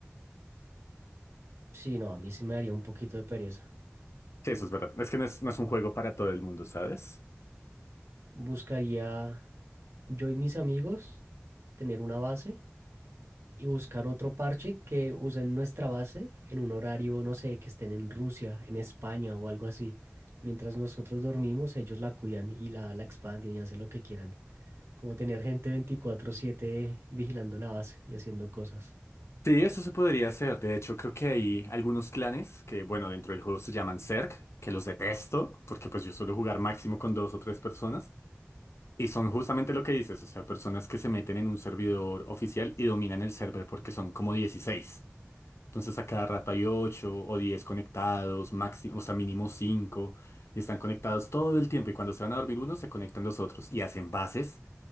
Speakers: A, on the right (about 75°); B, on the left (about 80°).
A: Sí, no, a mí sí me daría un poquito de pereza.
B: Sí, eso es verdad. Es que no es, no es un juego para todo el mundo, ¿sabes?
A: Buscaría yo y mis amigos tener una base y buscar otro parche que usen nuestra base en un horario, no sé, que estén en Rusia, en España o algo así. Mientras nosotros dormimos, ellos la cuidan y la, la expanden y hacen lo que quieran. Como tener gente 24/7 vigilando la base y haciendo cosas.
B: Sí, eso se podría hacer. De hecho, creo que hay algunos clanes que, bueno, dentro del juego se llaman Zerg, que los detesto, porque pues yo suelo jugar máximo con dos o tres personas. Y son justamente lo que dices, o sea, personas que se meten en un servidor oficial y dominan el server porque son como 16. Entonces a cada rato hay 8 o 10 conectados, máximo, o sea, mínimo 5 y están conectados todo el tiempo. Y cuando se van a dormir unos, se conectan los otros y hacen bases.